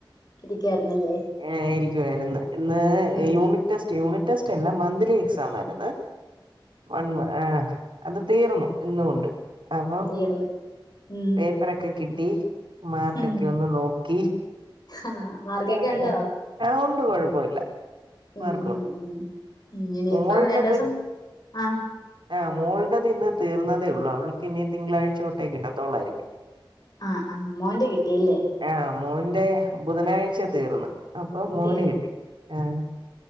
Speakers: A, on the left; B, on the right.
A: ഇരിക്കായിരുന്നല്ലേ
B: ആഹ് ഇരിക്കുവായിരുന്നു ഇന്ന്
A: ഉം
B: യൂണിറ്റ് ടെസ്റ്റ് യൂണിറ്റ് ടെസ്റ്റ് അല്ല മന്ത്ലി എക്സാം ആയിരുന്നു വൺ ആഹ് അത് തീർന്നു ഇന്നുകൊണ്ട് അപ്പം
A: തീർന്ന് ഉം
B: പേപ്പറൊക്കെ കിട്ടി മാർക്കൊക്കെ
A: ഉം
B: ഒന്ന് നോക്കി
A: ആഹ് മാർക്കൊക്കെ
B: ഏഹ്
A: ഒണ്ടോ
B: ആഹ് ഉണ്ട് കൊഴപ്പമില്ല
A: ഉം
B: മാർക്കുണ്ട്
A: ഉം ഉം ഉം ഇന്നിനിയിപ്പ
B: മോളുടേത്
A: രണ്ട് ദിവസം ആഹ്
B: ആഹ് മോളടത് ഇന്ന് തീർന്നതേ ഉള്ളൂ അവൾക്ക് ഇനി തിങ്കളാഴ്ച തൊട്ടേ കിട്ടാത്തോളായിരിക്കും
A: ആഹ് ആഹ് മോന്റെ കിട്ടിയല്ലേ
B: ആഹ് മോന്റെ ബുധനാഴ്ച തീർന്ന് അപ്പൊ മോന്
A: തീർന്നു
B: കിട്ടി ആഹ്